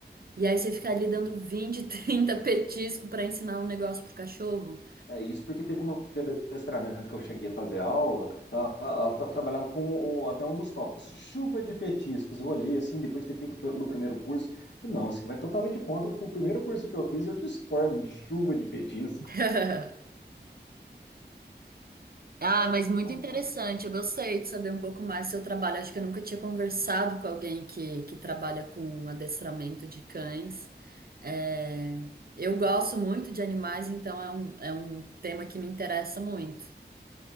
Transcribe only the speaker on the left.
É isso porque teve uma de adestramento que eu cheguei a fazer aula, ela, ela tra- trabalhava com o- até um dos tópicos, chuva de petiscos. Eu olhei assim, depois de ter feito o pr- meu primeiro curso, falei, não, isso vai totalmente contra o primeiro curso que eu fiz e eu discordo de chuva de petiscos.
Então,